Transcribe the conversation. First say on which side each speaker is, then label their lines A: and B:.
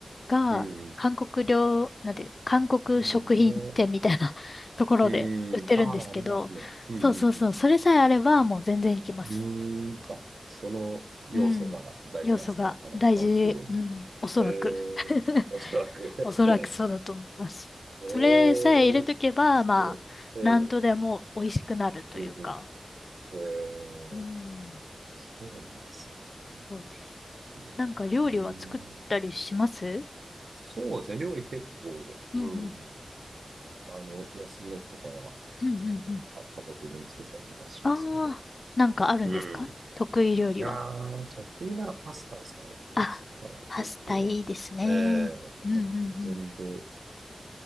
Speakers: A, on the left; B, on the right.
A: が、
B: うん、
A: 韓国料、なんていう、韓国食品店みたいな
B: うんの、
A: <laughs> ところで売ってるんですけど、
B: うん。ああ、ありますね。うん、
A: そうそうそう、
B: うん、
A: それさえあればもう全然いけます。
B: うん。うーん。あ、その要素が大事なんですね。
A: うん。要素が大事、
B: この韓国料理。
A: うん、おそらく。
B: ええ、
A: <laughs>
B: おそらく <laughs>
A: おそらくそうだと思います。
B: おー、
A: それさえ入れとけば、
B: すごい。
A: まあ、
B: えー
A: なんとでも美味しくなるというか。
B: うん、うん。えー
A: うん、
B: そうなんですね。いいな。
A: そうです。
B: 料理う
A: なんか料理は作ったりします
B: ん。そうですね。料理結構、
A: うんうん。
B: うん。あの、休みの日とかは、
A: うんうんうん。
B: か、家族分作ったりとかしますけど。
A: ああ、なんかあるんですか得意料理は。
B: うん。いやー、得意ならパスタですかね。パスタは結構、
A: あ、パスタいいですね。
B: ええま、
A: うんうんうん。
B: 全部、